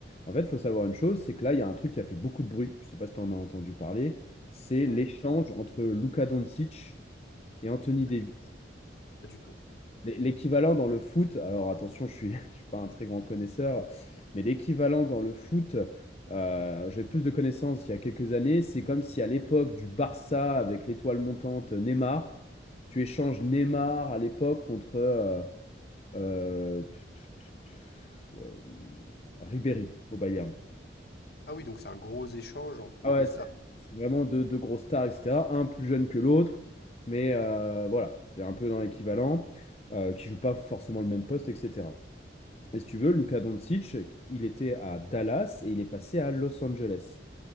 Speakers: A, on the left; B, on the left.
A: En fait, il faut savoir une chose, c'est que là, il y a un truc qui a fait beaucoup de bruit, je ne sais pas si tu en as entendu parler, c'est
B: non,
A: l'échange entre Luka Doncic et Anthony
B: pas
A: Davis.
B: du tout. Pas du tout.
A: L'é- L'équivalent dans le foot, alors attention, je suis, <laughs> je suis pas un très grand connaisseur, mais l'équivalent dans le foot, euh, j'avais plus de connaissances il y a quelques années, c'est comme si à l'époque du Barça avec l'étoile montante Neymar, tu échanges Neymar à l'époque contre... euh, euh, tu- tu- tu- euh, Ribéry au Bayern.
B: Ah oui, donc c'est un gros échange entre
A: Ah
B: deux
A: ouais,
B: stars.
A: c'est c'est vraiment deux, deux grosses stars, etc. Un plus jeune que l'autre, mais euh, voilà, c'est un peu dans l'équivalent, euh, qui joue pas forcément le même poste, etc. Et si tu veux, Luka Doncic, il était à Dallas et il est passé à Los Angeles.